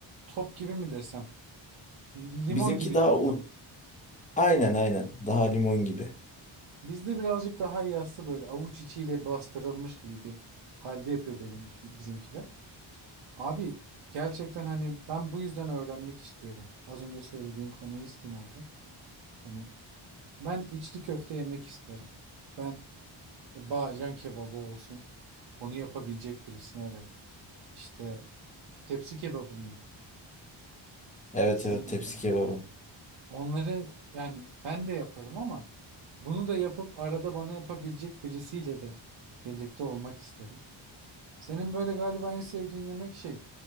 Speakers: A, on the right; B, on the left.
A: Top gibi mi desem? Limon
B: Bizimki
A: gibi
B: daha
A: diyeyim
B: u-
A: tabii.
B: aynen aynen daha limon gibi.
A: Bizde birazcık daha yassı böyle avuç içiyle bastırılmış gibi bir halde yapıyor benim bizimkiler. Abi gerçekten hani ben bu yüzden öğrenmek istiyorum. Az önce söylediğin konuya istinaden. Hani ben içli köfte yemek isterim. Ben Bağcan kebabı olsun. Bunu yapabilecek birisini arıyorum. İşte tepsi kebabı mıydı?
B: Evet
A: Sizin
B: evet tepsi
A: orada
B: kebabı.
A: mı? onları yani ben de yaparım ama bunu da yapıp arada bana yapabilecek birisiyle de birlikte olmak isterim. Senin böyle galiba en sevdiğin yemek şey